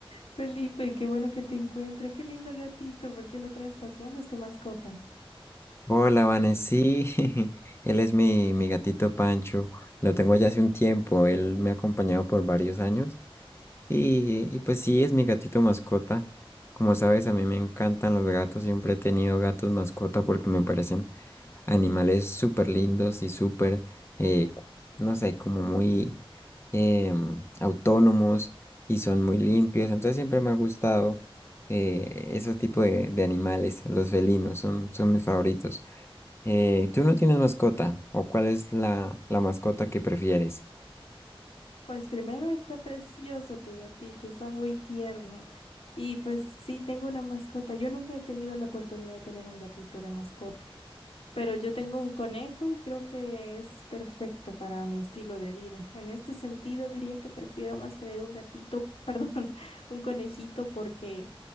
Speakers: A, on the left; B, on the left.
A: Felipe, qué bueno que te encuentro. Qué lindo gatito. ¿Por qué lo traes paseando? Es tu mascota.
B: Hola, Vanesí. <laughs> Él es mi, mi gatito Pancho. Lo tengo ya hace un tiempo. Él me ha acompañado por varios años. Y, y pues sí, es mi gatito mascota. Como sabes, a mí me encantan los gatos. Siempre he tenido gatos mascota porque me parecen animales súper lindos y súper, eh, no sé, como muy em, autónomos y son muy limpios. Entonces siempre me ha gustado eh, ese tipo de, de animales. Los felinos son, son mis favoritos. Eh, ¿tú no tienes mascota? ¿O cuál es la, la mascota que prefieres?
A: Pues primero está precioso tu gatito, está muy tierno. Y pues sí, tengo una mascota. Yo nunca he tenido la oportunidad de tener un gatito de mascota. Pero yo tengo un conejo y creo que es perfecto para mi estilo de vida. En este sentido, diría que prefiero más tener un gatito, <laughs> perdón, un conejito, porque